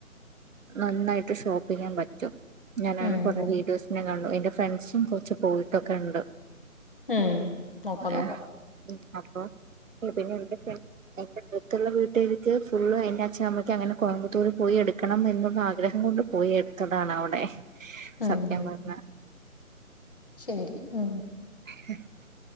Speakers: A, on the right; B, on the left.
A: നന്നായിട്ട് ഷോപ്പ് ചെയ്യാൻ പറ്റും ഞാനങ്ങനെ
B: ഉം
A: കുറെ
B: നോ-
A: വീഡിയോസിനെ ആഹ് എന്റെ ഫ്രണ്ട്സും കൊറച്ച് പോയിട്ടൊക്കെ ഉണ്ട്
B: ഉം നോക്കാം നോക്കാം
A: ആഹ് ഉം അപ്പോ പിന്നെ എന്തൊക്കാ എന്റെ അടുത്തുള്ള വീട്ടിലേക്ക് ഫുള്ള് എന്റെ അച്ഛൻ അമ്മക്കെ അങ്ങനെ കോയമ്പത്തൂര് പോയി എടു ക്കണം എന്നുള്ള ആഗ്രഹം കൊണ്ട് പോയി എടുത്തതാണ് അവിടെ
B: അങ്ങനെ
A: സത്യം പറഞ്ഞ
B: ശരി ഉം
A: ഉ